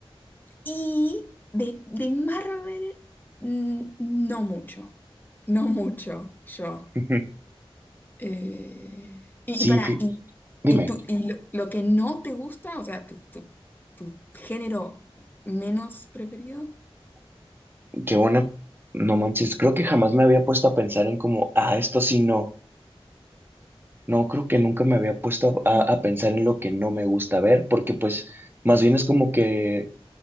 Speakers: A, on the left; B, on the right.
A: y de, de Marvel, mm, no mucho, no mucho yo.
B: <laughs>
A: Eh, y,
B: Sí,
A: y para,
B: fi-
A: y,
B: dime,
A: y, tú, y lo, lo que no te gusta, o sea, tu, tu- tu género menos preferido.
B: qué buena, no manches, creo que jamás me había puesto a pensar en como, ah, esto sí no, no, creo que nunca me había puesto a,
A: eh,
B: a pensar en lo que no me gusta ver, porque pues más bien es como que